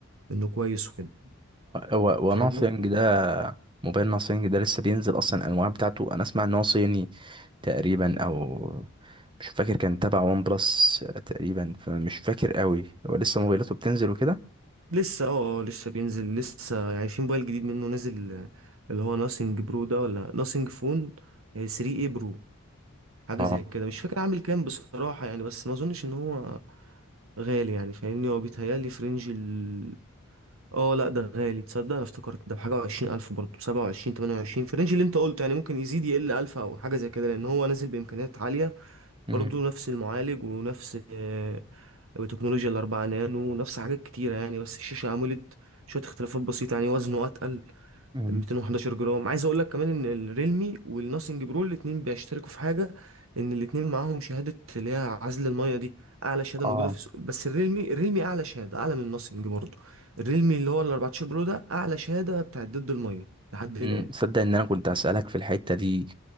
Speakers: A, on the right; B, on the right.
A: إنه كويس وكده
B: وناثينج
A: فاهمني
B: ده موبايل ناثينج ده لسه بينزل اصلا الانواع بتاعته انا اسمع ان هو صيني تقريبا او مش فاكر كان تبع وان بلس تقريبا فمش فاكر قوي هو لسه موبايلاته بتنزل وكده
A: لسه اه آه، لسه بينزل لسه يعني في موبايل جديد منه نازل آه، اللي هو ناسينج برو ده ولا ناسينج فون 3 اي برو حاجه
B: اه
A: زي كده مش فاكر عامل كام بصراحه يعني بس ما اظنش ان هو غالي يعني فاهمني هو بيتهيألي في رينج ال اه لا ده غالي تصدق انا افتكرت ده بحاجه وعشرين الف برضه سبعة وعشرين تمانية وعشرين في الرينج اللي انت قلته يعني ممكن يزيد يقل الف او حاجه زي كده لان هو نازل بامكانيات عاليه
B: امم
A: برضه نفس المعالج ونفس آه، بتكنولوجيا الأربعة نانو نفس حاجات كتيرة يعني بس الشاشة أموليد شوية اختلافات بسيطة يعني وزنه أتقل
B: مم.
A: 211 جرام عايز أقول لك كمان إن الريلمي والناسينج برو الاتنين بيشتركوا في حاجة إن الاتنين معاهم شهادة اللي هي عزل المية دي أعلى شهادة
B: اه
A: موجودة في السوق بس الريلمي الريلمي أعلى شهادة أعلى من الناسينج برضه الريلمي اللي هو ال 14 برو ده أعلى شهادة بتاعت ضد المية لحد الآن
B: أمم، تصدق ان انا كنت هسألك في الحتة دي